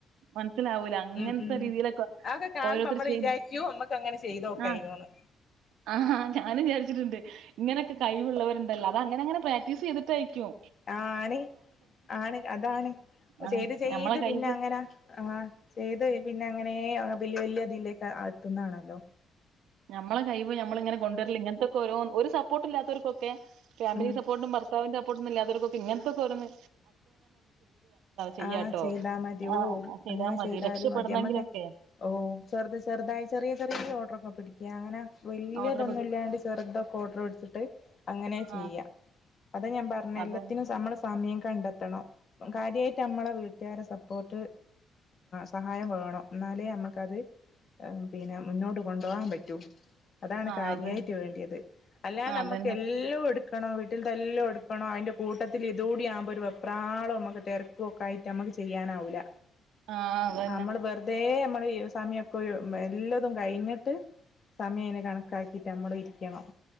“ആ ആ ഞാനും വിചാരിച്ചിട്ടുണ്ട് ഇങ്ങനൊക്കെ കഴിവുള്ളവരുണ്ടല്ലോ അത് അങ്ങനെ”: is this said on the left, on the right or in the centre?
Right